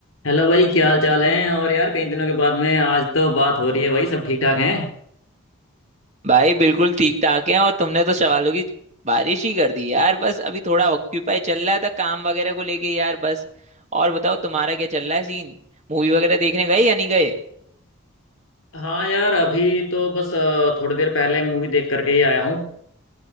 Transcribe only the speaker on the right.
भाई बिल्कुल ठीक ठाक है और तुमने तो सवालों की बारिश ही कर दी यार बस अभी थोड़ा ऑक्यूपाई चल रहा था काम वगैरह को लेके यार बस और बताओ तुम्हारा क्या चल रहा है सीन मूवी वगैरह देखने गए या नहीं गए